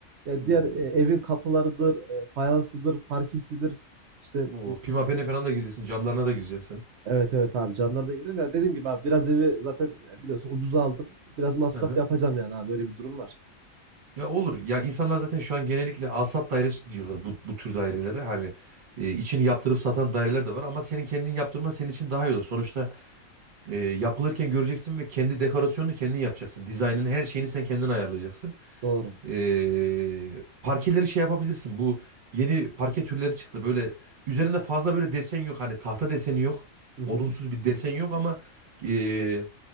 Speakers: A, on the right (about 65°); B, on the right (about 40°).
A: Ya
B: Hmm.
A: diğer e, evin kapılarıdır, e, fayansıdır, parkesidir. işte
B: Oo,
A: mu-
B: pimapene
A: mutfağıdır
B: falan da gireceksin. Camlarına da gireceksin.
A: Evet, evet abi camları da görüyorum. Ya dediğim gibi abi biraz evi zaten e, biliyorsun ucuza aldım. Biraz masraf
B: sen. Hı hı.
A: yapacağım yani abi böyle bir durum var.
B: Ya olur. Ya insanlar zaten şu an genellikle alsat dairesi diyorlar bu, bu tür dairelere. Hani e, içini yaptırıp satan daireler de var ama senin kendin yaptırman senin için daha iyi olur. Sonuçta e, yapılırken göreceksin ve kendi dekorasyonunu kendin yapacaksın. Dizaynını her şeyini sen kendin ayarlayacaksın.
A: Doğru.
B: Ee, parkeleri şey yapabilirsin. Bu yeni parke türleri çıktı. Böyle üzerinde fazla böyle desen yok. Hani tahta deseni yok.
A: Hı hı.
B: Odunsu bir desen yok ama ee,